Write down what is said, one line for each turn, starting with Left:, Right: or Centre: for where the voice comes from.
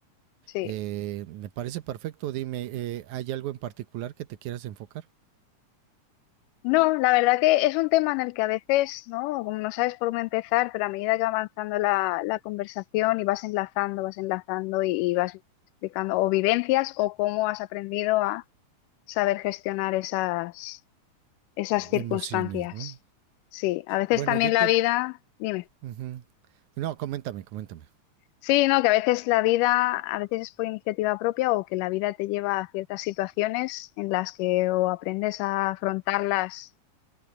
Left: Sí.
Right: Eh, me parece perfecto. Dime, eh, ¿hay algo en particular que te quieras enfocar?
Left: No, la verdad que es un tema en el que a veces, ¿no? Como no sabes por dónde empezar, pero a medida que va avanzando la, la conversación y vas enlazando, vas enlazando y, y vas explicando o vivencias o cómo has aprendido a saber gestionar esas esas circunstancias.
Right: Emociones, ¿no?
Left: Sí, a veces
Right: Bueno,
Left: también
Right: yo
Left: la
Right: te...
Left: vida, dime.
Right: ujú. No, coméntame, coméntame.
Left: Sí, no, que a veces la vida, a veces es por iniciativa propia o que la vida te lleva a ciertas situaciones en las que o aprendes a afrontarlas